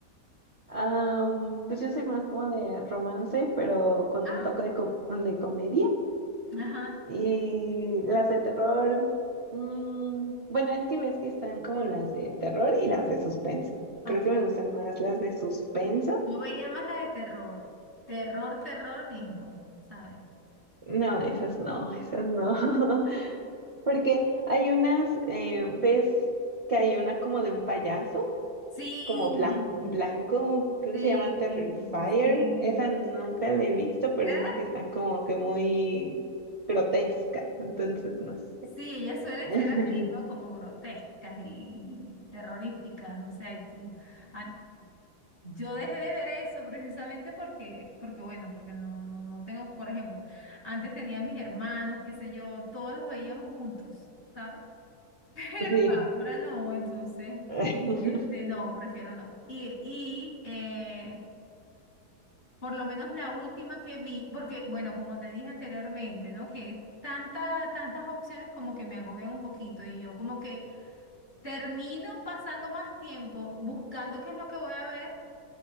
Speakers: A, on the right (about 60°); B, on the left (about 35°).
A: Ah, mm, pues yo soy más como de romance, pero con
B: Ah,
A: un toque de, co- de comedia.
B: ajá,
A: Y las de terror, mm, bueno, es que ves que están como las de terror y las de suspenso.
B: ok.
A: Creo que me gustan más las de suspenso.
B: Yo veía más la de terror, terror, terror mismo, ¿sabes?
A: No, esas no, esas no. <laughs> Porque hay unas, eh, ves que hay una como de un payaso,
B: Sí,
A: como blan- blanco, creo
B: Sí,
A: que se llama Terrifier.
B: sí.
A: Esa nunca la he visto, pero
B: <laughs>
A: dicen que está como que muy grotesca. Entonces, no sé.
B: Sí, ellas suelen
A: <laughs>
B: ser así, ¿no? Como grotescas y terroríficas, o sea, y tú- ah, yo dejé de ver eso precisamente porque, porque bueno, porque no, no, no tengo, por ejemplo, antes tenía mis hermanos, qué sé yo, todos los veíamos juntos, ¿sabes? <laughs> Pero
A: Sí.
B: ahora no, entonces,
A: <laughs>
B: este, no, prefiero no. Y, y eh, Por lo menos la última que vi, porque, bueno, como te dije anteriormente, ¿no? Que tanta, tantas opciones como que me agobian un poquito y yo como que termino pasando más tiempo buscando qué es lo que voy a ver,